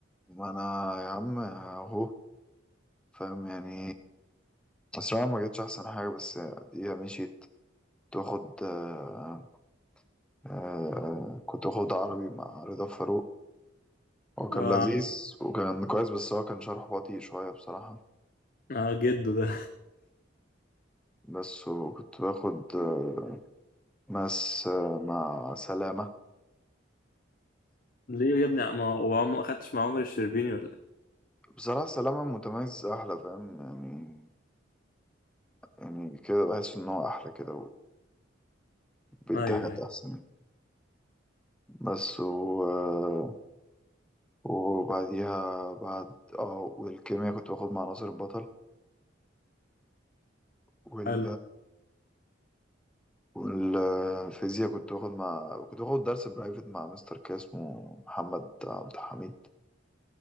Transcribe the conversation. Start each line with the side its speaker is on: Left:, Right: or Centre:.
Centre: ما أنا يا عم أهو فاهم يعني بس أنا ما جتش أحسن حاجة بس دي مشيت كنت باخد آه، آه كنت واخد عربي مع رضا فاروق هو كان
Left: آه
Centre: لذيذ وكان كويس بس هو كان شرحه بطيء شوية بصراحة
Left: آه جده ده
Centre: بس وكنت باخد آه، ماس آه، مع سلامة
Left: ليه يا ابني ما هو ما اخدتش مع عمر الشربيني ولا إيه؟
Centre: بصراحة سلامة متميز أحلى فاهم يعني يعني كده بحس إن هو أحلى كده وبيدي
Left: ايوه
Centre: حاجات
Left: ايوه
Centre: أحسن يعني. بس و... آه، وبعديها بعد اه والكيمياء كنت باخد مع ناصر البطل وال...
Left: حلو
Centre: والفيزياء كنت باخد مع كنت باخد درس برايفت مع مستر كده اسمه محمد عبد الحميد